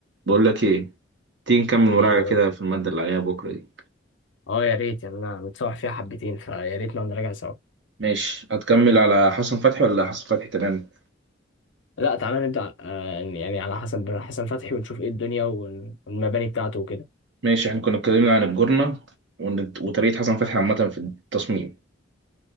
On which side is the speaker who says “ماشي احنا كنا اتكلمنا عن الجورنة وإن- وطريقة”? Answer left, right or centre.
Right